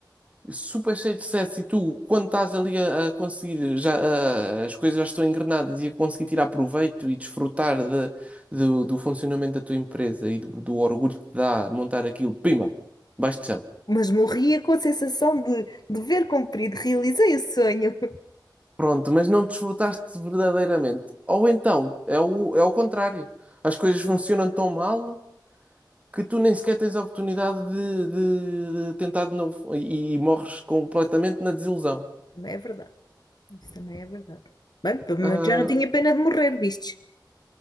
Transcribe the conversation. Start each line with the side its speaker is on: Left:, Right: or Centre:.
Right: super cheio de sucesso e tu, quando estás ali a, a conseguir, já, a- as coisas já estão engrenadas e a conseguir tirar proveito e desfrutar de- do, do funcionamento da tua empresa e do, do orgulho que te dá montar aquilo, pima, baixo de chão.
Left: Mas morria com a sensação de dever cumprido, realizei o sonho.
Right: Pronto, mas não desfrutaste verdadeiramente. Ou então, é o, é o contrário. As coisas funcionam tão mal que tu nem sequer tens a oportunidade de, de- de tentar de novo e, e morres completamente na desilusão.
Left: <laughs> Também é verdade. Isso também é verdade. Bem, pelo menos
Right: Ah,
Left: já não tinha pena de morrer, vistes?